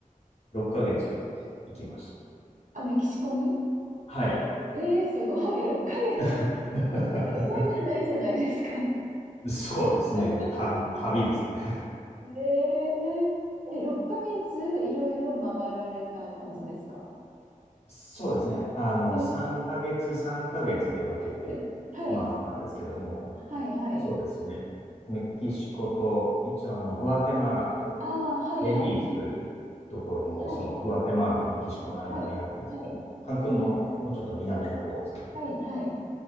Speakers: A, on the left; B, on the right.
A: 6ヶ月行きました。
B: あ、メキシコに
A: はい。
B: えー、すごい、6ヶ月。
A: <laughs>
B: 旅行じゃないじゃないですか。
A: そうですね。
B: <laughs>
A: もう旅、旅ですかね。
B: ねえー、え、6ヶ月いろいろ回られた感じですか
A: <laughs> そうですね。あの、
B: えー、
A: 3ヶ月、3ヶ月で分けて回ったんですけども、
B: はい、はい、はい、はい。
A: そうですね。メキシコと、一応あの、グアテマラと、
B: ああ、はい、
A: ベリーズというところも、
B: はい、はい、
A: そのグアテマラとメキシコの間にあるんですけども、
B: はい、はい、
A: カンクンのもうちょっと南の方ですね。
B: はい、はい、はい。